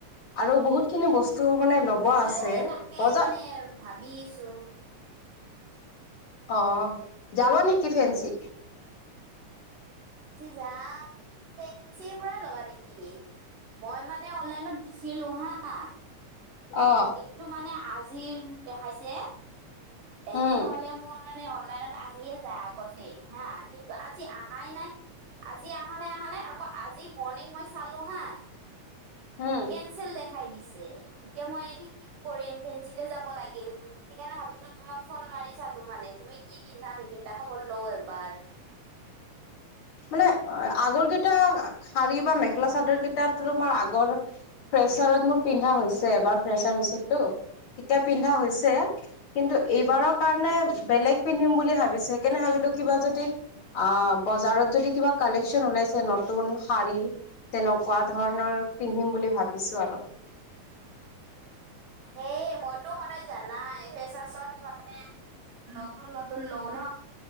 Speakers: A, on the left; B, on the right.
A: আৰু বহুত খিনি বস্তু মানে লব
B: ময়ো
A: আছে
B: সেই তাকে
A: বজাৰ।
B: মানে ভাবি আছো
A: আহ যাব নেকি ফেন্ঞ্চি
B: যাম ফেঞ্চিৰ পৰা ল'বা নেকি মই মানে অনলাইনত দিছিলো হা
A: অ
B: এইটো মানে আজিৰ দেখাইছে তেনেহলে
A: উম
B: মোৰ মানে অনলাইনত আহিয়ে যায় আগতে হা কিন্তু আজি অহাই নাই আজি অহা নাই নাই মানে আকৌ আজি মৰ্ণিং মই চালো হা
A: উম
B: কেনচেল দেখাই দিছে এতিয়া মই এই কি কৰিম ফেঞ্চি যাব লাগিল সেইকাৰণে ভাব তোমাক ফোন মাৰি চালো মানে তুমি কি পিন্ধা নিপিন্ধা খবৰ ল‌ও এবাৰ <inaudible>
A: মানে আগৰ কেইটা শাড়ী বা মেখেলা চাদৰ কেইটাত তোমাৰ আগৰ ফ্ৰেছাৰত মোৰ পিন্ধা হৈছে বাৰ ফ্ৰেচাৰ হৈছেতো তেতিয়া পিন্ধা হৈছে কিন্তু এইবাৰৰ কাৰণে বেলেগ পিন্ধিম বুলি ভাবিছো সেইকাৰণে ভাবিছো। কিবা যদি আ বজাৰত যদি কিবা কালেকচন ওলাইছে নতুন শাৰী তেনেকুৱা ধৰণৰ পিন্ধিম বুলি ভাবিছোঁ। দিছো আৰু
B: সেই মইতো সদায় জানাই ফেচাত মানে নতুন নতুন লওঁ ন